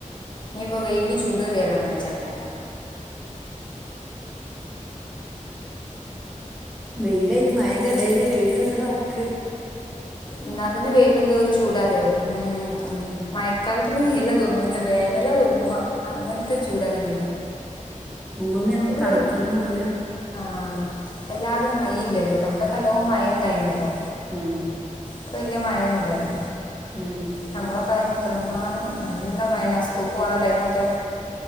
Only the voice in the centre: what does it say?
വെയില് അയ്ന് മഴന്റെടേല് വെയില്ങ്ങട്ടാർക്ക
ഉം
ഭൂമിയൊന്നും
തണുക്കുന്നൂല്ല
ഉം
ഉം